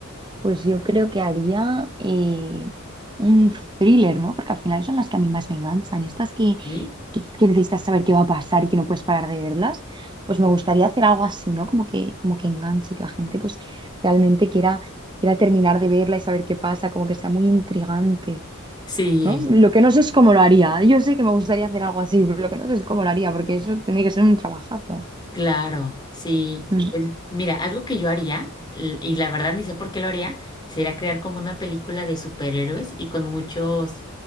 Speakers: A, on the right; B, on the left.
A: Pues yo creo que haría eh, un thriller, ¿no? Porque al final son las que a mí más me enganchan. Estas que,
B: ¿Sí?
A: que, que necesitas saber qué va a pasar y que no puedes parar de verlas. Pues me gustaría hacer algo así, ¿no? Como que, como que enganche, que la gente pues realmente quiera, quiera terminar de verla y saber qué pasa, como que sea muy intrigante,
B: Sí,
A: ¿no? Lo que no sé es cómo lo haría. Yo sé que me gustaría hacer algo así, pero lo que no sé es cómo lo haría, porque eso tendría que ser un trabajazo.
B: claro, sí.
A: Mm,
B: Pues mira, algo que yo haría, l- y la verdad ni sé por qué lo haría, sería crear como una película de superhéroes y con muchos